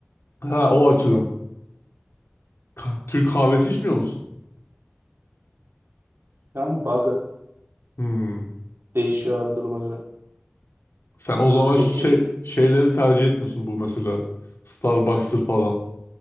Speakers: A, on the left (about 75°); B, on the right (about 70°).
A: Ha o açıdan. Ka- Türk kahvesi içmiyor musun?
B: Yani bazen
A: Hmm.
B: değişiyor abi duruma göre.
A: Sen o zaman şey
B: Peki
A: şeyleri tercih etmiyorsun bu mesela. Starbucks'tır falan.